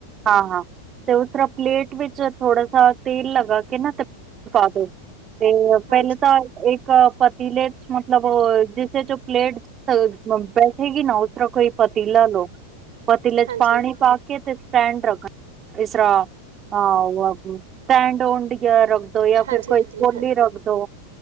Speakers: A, on the right (about 25°); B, on the right (about 60°).
A: ਹਾਂ ਹਾਂ ਤੇ ਉਸ ਤਰਾ ਪਲੇਟ ਵਿੱਚ ਥੋੜਾ ਸਾ ਤੇਲ ਲਗਾ ਕੇ ਨਾ ਤੇ ਪਾ ਦੋ
B: ਹਾਂਜੀ
A: ਪਹਿਲੇ ਤਾਂ ਇੱਕ ਪਤੀਲੇ ਚ ਮਤਲਬ ਉਹ ਜਿਸ ਇਚ ੳਹ <unintelligible> ਪਲੇਟ ਬੈਠੇਗੀ ਨਾ ਉਸ ਤਰ੍ਹਾਂ ਕੋਈ ਪਤੀਲਾ ਪਤੀਲੇ ਚ
B: ਹਾਂਜੀ
A: ਪਾਣੀ ਪਾ ਸਟਡ ਰ ਇਸਰਾ ਸਟਡਡ ਰ <unintelligible> ਤੇ ਯਾ
B: ਹਾਂਜੀ
A: ਫਿਰ ਕੋਈ
B: ਹਾਂਜੀ
A: ਕੋਲੀ ਰੱਖ ਦੋ